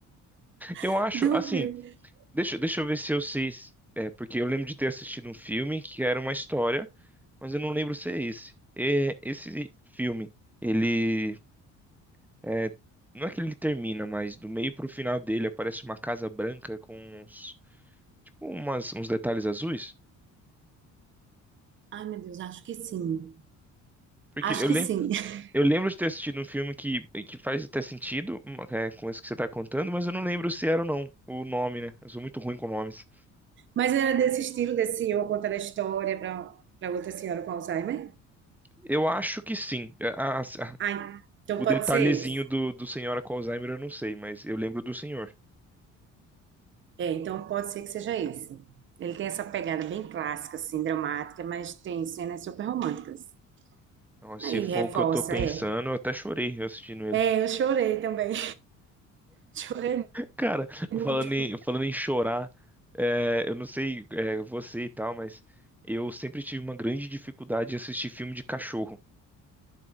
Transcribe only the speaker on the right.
<laughs>
Do
filme.
Ai, meu Deus, acho que sim.
Acho
que sim. <laughs>
Mas era desse estilo, desse eu contando a história para para outra senhora com Alzheimer?
Ah, então
pode
ser esse.
É, então pode ser que seja esse. Ele tem essa pegada bem clássica, assim, dramática, mas tem cenas super românticas.
Aí
reforça,
é.
É, eu chorei também. <laughs> Chorei
muito.